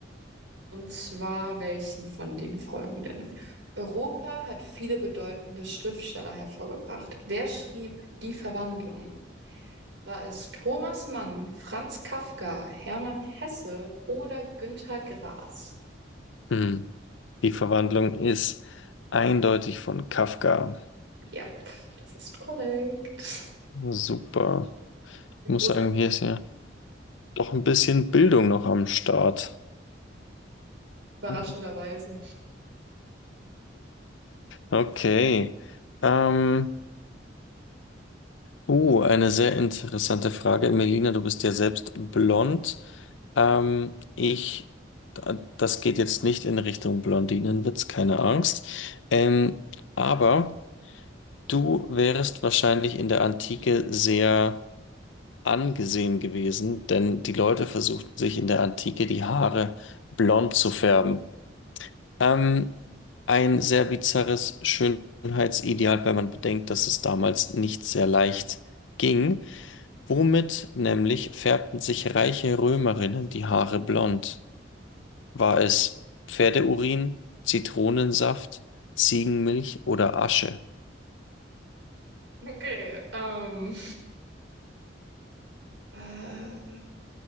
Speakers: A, on the right (about 75°); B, on the left (about 80°).
A: und zwar welchen von den folgenden? Europa hat viele bedeutende Schriftsteller hervorgebracht. Wer schrieb Die Verwandlung? War es Thomas Mann, Franz Kafka, Hermann Hesse oder Günter Grass?
B: Hm. Die Verwandlung ist eindeutig von Kafka.
A: Ja, das ist korrekt.
B: Super. Ich
A: In
B: muss
A: großer
B: sagen, hier ist ja doch ein bisschen Bildung noch am Start.
A: überraschenderweise.
B: <laughs> Okay. Ähm, Oh, eine sehr interessante Frage. Melina, du bist ja selbst blond. Ähm, ich, da- das geht jetzt nicht in Richtung Blondinenwitz, keine Angst. Ähm, aber du wärest wahrscheinlich in der Antike sehr angesehen gewesen, denn die Leute versuchten sich in der Antike die Haare blond zu färben. Ähm, ein sehr bizarres Schönheitsideal, wenn man bedenkt, dass es damals nicht sehr leicht ging. Womit nämlich färbten sich reiche Römerinnen die Haare blond? War es Pferdeurin, Zitronensaft, Ziegenmilch oder Asche?
A: Okay, ähm, äh,